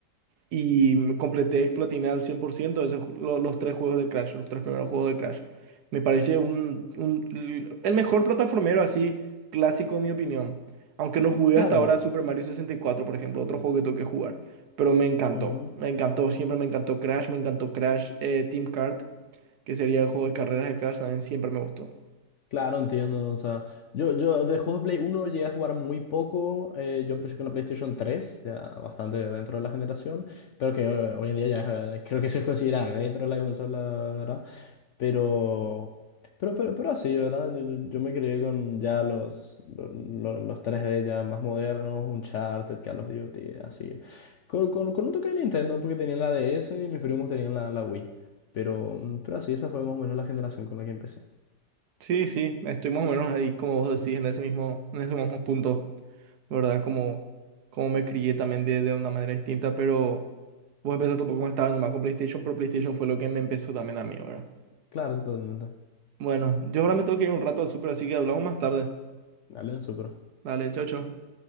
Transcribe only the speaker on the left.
claro.
ujú,
Claro, entiendo. O sea, yo, yo de juegos de Play uno llegué a jugar muy poco. eh, yo empecé con la PlayStation tres ya bastante dentro de la generación, pero que eh, hoy en día ya eh, creo que se considera retro la consola, verdad Pero, pero, pero, pero así, ¿verdad? Yo, yo, yo me crié con ya los, lo- lo- los, tres d ya más modernos, Uncharted, Call of Duty, así. Con, con, con un toque de Nintendo, porque tenía la DS y mis primos tenían la, la Wii. Pero, mm, pero así, esa fue más o menos la generación con la que empecé.
Claro, totalmente.
Dale, súper.